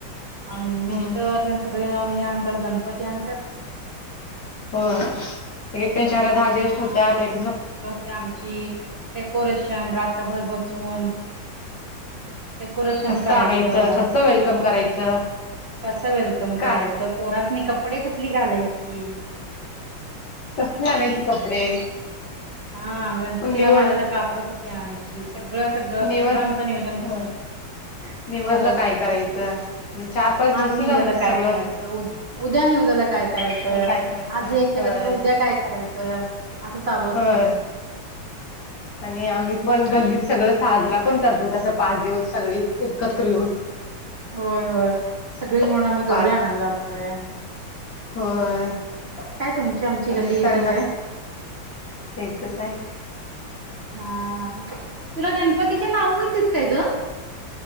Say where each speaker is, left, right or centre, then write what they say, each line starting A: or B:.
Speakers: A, on the right; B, on the left.
A: आम
B: हम्म
A: मिस्टर तेन सगळे जाऊन हे आणतात गणपती आणत्यात.
B: होय एकटच्याहरात दहा दिवस ठेवत्यात एक
A: ते आमची डेकोरेशन रात्रभर बसून डेकोरेशन
B: कस
A: करायचं
B: आणायचं, कस वेलकम करायचं.
A: कसं वेलकम
B: काय
A: करायचं, पोरासनी कपडे कुठली घालायची.
B: कसली आणायची कपडे
A: हा गणपतीला
B: मग निवड
A: घालायला कापडं कुठली आणायची सगळं सगळं
B: निवड
A: सगळं आमचं नियोजन
B: होय
A: कसं
B: निवदला
A: चालू असतंय
B: काय करायचं म चार पाच दिवसच
A: आज निवद्याला
B: आमच
A: काय
B: सगळं
A: करायचं उ उद्या निवेदाला काय करायचं
B: त्याला काय करायचं
A: आज एक केलं
B: होय
A: तर उद्या काय करायचं, असं चालू असते
B: होय.
A: आमचं <inaudible>
B: आणि आम्ही पण गल्लीत सगळं साजरा पण करतो तसं पाच दिवस सगळी एकत्र येऊन.
A: होय होय सगळी मिळून आम्ही गौरी
B: पाच
A: आणायला जातोय.
B: होय.
A: काय तुमची आमची
B: आणि
A: गल्ली
B: सनाच
A: एकच आहे
B: एकच हाय.
A: हा तुला गणपतीचे नाव माहिती आयती का ग?